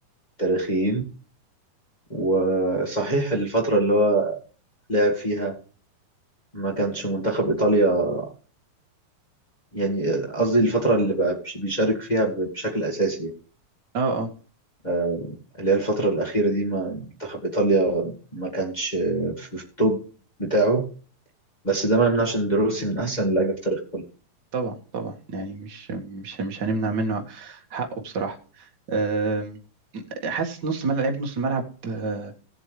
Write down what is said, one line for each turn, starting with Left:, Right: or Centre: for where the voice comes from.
Left: تاريخيين وصحيح الفترة اللي هو لعب فيها ما كانش منتخب إيطاليا يعني قصدي الفترة اللي بقى بش- بيشارك فيها ب- بشكل أساسي يعني.
Right: اه اه
Left: آه، اللي هي الفترة الأخيرة دي ما منتخب إيطاليا ما كانش آه، في في التوب بتاعه بس ده ما يمنعش إن دروسي من أحسن اللعيبة في تاريخ إيطاليا
Right: طبعا طبعا يعني مش مش مش هنمنع منه حقه بصراحه آم، حاسس نص ملعب لعيبه نص الملعب آه،